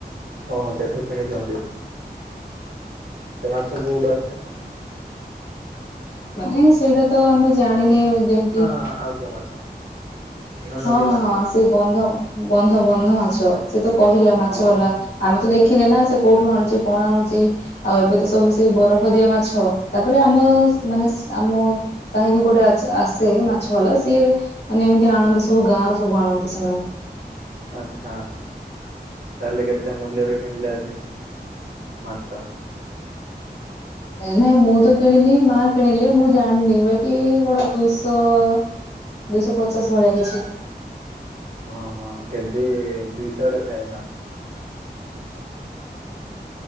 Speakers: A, on the right; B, on the left.
A: ଓହୋ ସେଠୁ କିଣିଛନ୍ତି ସେ ମାଛ କୋଉଠୁ ଆସେ।
B: ମାନେ ସେଇଟା ତ ଆମେ ଜାଣିନେ ଯେମତି।
A: ହଁ ଆଉ କଉ ମାଛ। ନା
B: ହଁ
A: ନଦୀ
B: ହଁ
A: ମାଛ
B: ହଁ ସେ ବନ୍ଧ ବନ୍ଧ ବନ୍ଧ ମାଛ ସେ ତ କହିଲା ମାଛ
A: ଓହୋ
B: ବାଲା।
A: ହଁ
B: ଆମେ ତ ଦେଖିନେ ନା ସେ କୋଉଠୁ ଆଣୁଛି କଣ ଆଣୁଛି ଆଉ ଏବେ ତ ସବୁ ସେଇ ବରଫ ଦିଆ ମାଛ। ତାପରେ ଆମ ମାନେ ଆମ। ସାହି କୁ ଗୋଟେ ଆସେ ମାଛ ବାଲା ସିଏ ମାନେ ଏମିତି ଆଣନ୍ତି। ସବୁ ଗାଁ ର ସବୁ ଆଣନ୍ତି ସେମାନେ।
A: ଆଚ୍ଛା। ତାହେଲେ କେତେ ମୂଲ୍ୟରେ କିଣିଲେ ଆଜି ମାଛ।
B: ନାଇଁ ମୁଁ ତ କିଣିନି ମା କିଣିଲେ ମୁଁ ଜାଣିନି ବାକି ଗୋଟେ ଦୁଇଶହ। ଦୁଇଶହ ପଚାଶ ଭଳିଆ କିଛି।
A: ଓହୋ କେଜି ଦିଇଶହଡେ ଥାଏ ନା।